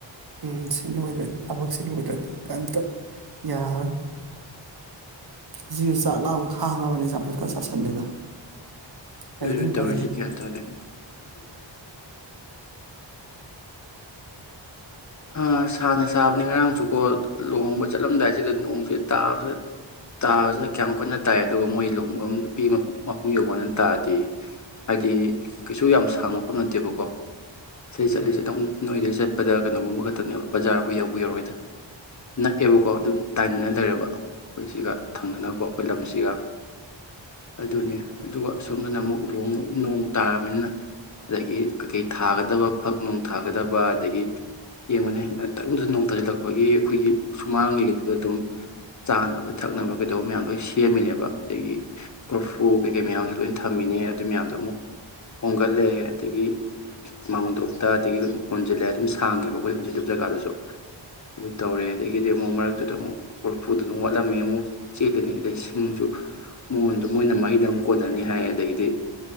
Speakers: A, on the right; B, on the left.
A: ꯎꯝ ꯁꯤ ꯁꯤ ꯂꯣꯏꯗ꯭ꯔꯗꯤ ꯊꯕꯛꯁꯤ ꯂꯣꯏꯗ꯭ꯔꯗꯤ ꯀꯔꯤꯝꯇ ꯌꯥꯔꯣꯏ ꯖꯤꯁꯨ ꯆꯥꯛ ꯂꯥ ꯈꯥꯡꯉꯕꯅꯦ ꯆꯝꯐꯠꯀ ꯆꯥꯁꯤꯜꯂꯒ ꯀꯩꯗꯤ
B: ꯑꯩꯅ
A: ꯎꯄꯥꯏ
B: ꯇꯧꯔꯤꯁꯤ
A: ꯂꯩ
B: ꯒ꯭ꯌꯥꯟ ꯇꯥꯗꯦꯅ ꯑ ꯊꯥꯅ ꯁꯥꯕꯅꯦ ꯉꯔꯥꯡꯁꯨꯀꯣ ꯂꯨꯍꯕ ꯆꯠꯂꯝꯗꯥꯏꯁꯤꯗ ꯅꯣꯡꯁꯦ ꯇꯥ ꯇꯥꯕꯁꯤꯅ ꯀꯌꯥꯝ ꯀꯟꯅ ꯇꯥꯏ ꯑꯗꯨꯒ ꯃꯣꯏ ꯂꯨꯍꯣꯡꯕ ꯅꯨꯄꯤ ꯃꯄꯨꯝ ꯌꯧꯧꯕꯅ ꯇꯥꯗꯤ ꯍꯥꯏꯗꯤ ꯀꯩꯁꯨ ꯌꯥꯝ ꯁꯥꯡꯉꯛꯄ ꯐ ꯅꯠꯇꯦꯕꯀꯣ ꯁꯤ ꯆꯠꯂꯤ ꯆꯠ ꯇꯣꯝ ꯅꯣꯏꯗ ꯆꯠꯄꯗ ꯀꯩꯅꯣꯒꯨꯝꯕ ꯈꯛꯇꯅꯦꯕ ꯕꯖꯥꯔꯕꯨ ꯌꯧꯕ ꯌꯥꯔꯣꯏꯗ ꯅꯛꯑꯦꯕꯀꯣ ꯑꯗꯨꯝ ꯇꯥꯏꯅꯅ ꯂꯩꯔꯕ ꯑꯩꯈꯣꯏ ꯁꯤꯒ ꯊꯪꯅꯅꯕꯀꯣ ꯑꯩꯈꯣꯏ ꯂꯝꯁꯤꯒ ꯑꯗꯨꯅꯤ ꯑꯗꯨꯒ ꯁꯣꯝꯗꯅ ꯑꯃꯨꯛ ꯅꯣꯡ ꯇꯥꯔꯕꯅꯤꯅ ꯑꯗꯒꯤ ꯀꯩꯀꯩ ꯊꯥꯒꯗꯕ ꯐꯛ ꯅꯨꯡ ꯊꯥꯒꯗꯕ ꯑꯗꯒꯤ ꯌꯦꯡꯕꯨꯅꯦ ꯇꯔꯝꯗꯁꯨ ꯅꯣꯡ ꯇꯥꯁꯤꯜꯂꯛꯄꯒꯤ ꯑꯩꯈꯣꯏꯒꯤ ꯁꯨꯃꯥꯡꯒꯤꯗꯨꯗ ꯑꯗꯨꯝ ꯆꯥꯅꯕ ꯊꯛꯅꯕ ꯀꯩꯗꯧꯕ ꯃꯌꯥꯝ ꯂꯣꯏ ꯁꯦꯝꯃꯤꯅꯦꯕ ꯑꯗꯒꯤ ꯀ꯭ꯔꯣꯐꯨ ꯀꯩꯀꯩ ꯃꯌꯥꯝꯁꯨ ꯂꯣꯏꯅ ꯊꯝꯃꯤꯅꯦ ꯑꯗꯨ ꯃꯌꯥꯝꯗꯣ ꯑꯃꯨꯛ ꯍꯣꯝꯒꯠꯂꯦ ꯑꯗꯒꯤ ꯃꯥꯡꯗꯣꯛꯇ ꯑꯗꯒꯤ ꯑꯗꯨꯝ ꯍꯣꯟꯖꯤꯜꯂꯦ ꯑꯗꯨꯝ ꯊꯥꯡꯉꯦꯕ ꯑꯩꯈꯣꯏ ꯍꯟꯖꯤꯤꯂꯕ ꯖꯒꯥꯗꯨꯁꯨ ꯑꯗꯨ ꯇꯧꯔꯦ ꯑꯗꯒꯤꯗꯤ ꯑꯃꯨꯛ ꯃꯔꯛꯇꯨꯗ ꯑꯃꯨꯛ ꯀꯣꯔꯐꯨꯗꯨ ꯑꯗꯨꯝ ꯋꯥꯠꯂꯝꯃꯦ ꯑꯃꯨꯛ ꯆꯦꯂꯤꯅꯤ ꯑꯗꯩ ꯁꯤꯡꯁꯨ ꯃꯣꯟꯗ ꯃꯣꯏꯅ ꯃꯍꯩꯗꯨꯛ ꯀꯣꯟꯅꯅꯤ ꯍꯥꯏꯌꯦ ꯑꯗꯒꯤꯗꯤ